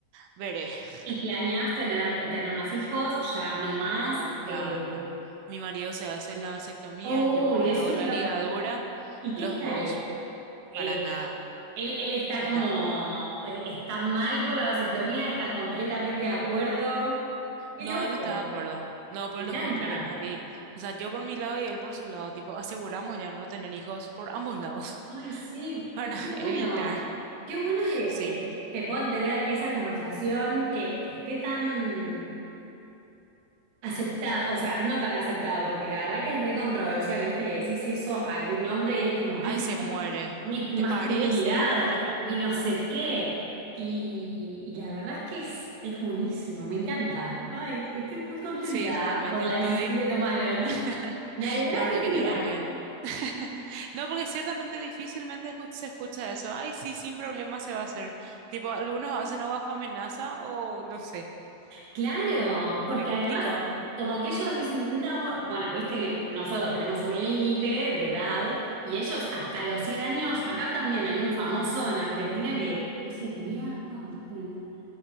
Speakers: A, on the right; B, on the right.
A: veré. <laughs>
B: y planeás tener, tener más hijos, ya no más.
A: No, ya
B: Eh.
A: no. Mi marido se hace la vasectomía,
B: Uy,
A: yo me
B: eso
A: hago la
B: te iba
A: ligadura.
B: a preguntar. ¿Y
A: Los
B: qué tal?
A: dos,
B: Eh,
A: para nada,
B: Él, él está
A: estamos.
B: como, eh, está mal por la vasectomía, está completamente de acuerdo. Qué
A: No,
B: loco,
A: él está de acuerdo. No, pues
B: me encanta.
A: los dos queremos. Y, o sea, yo por mi lado y él por su lado. Tipo, aseguramos ya no tener hijos por ambos lados
B: Ay, sí,
A: <laughs> para
B: es que bueno,
A: evitar.
B: qué bueno que,
A: Sí.
B: que, que puedan tener esa conversación, que, que esté tan aceptada, o sea, no tan aceptada, porque la verdad que es re controversial, ¿viste? Le decís eso a algún hombre y es como, ay,
A: Ay, se muere.
B: mi masculinidad
A: ¿Te parece? Yo me había...
B: y no sé
A: cu-
B: qué. Y, y la verdad es que es, es buenísimo, me encanta. Ay, estoy muy contenta
A: Sí, realmente
B: por la
A: estoy...
B: decisión que tomaron.
A: <laughs>
B: Me alegraste
A: La verdad
B: el
A: que
B: día.
A: yo también. <laughs> No, porque ciertamente difícilmente escu- se escucha eso. Ay, sí, sin problema se va a hacer. Tipo, algunos hacen o bajo amenaza o no sé.
B: Claro,
A: Mm, Muy
B: porque
A: complicado.
B: además, como que ellos dicen, no, bu- bueno, viste que nosotros tenemos un límite de edad y ellos hasta los 100 años, acá también hay un famoso en Argentina que, no sé, tenía, ¿cuánto tiene?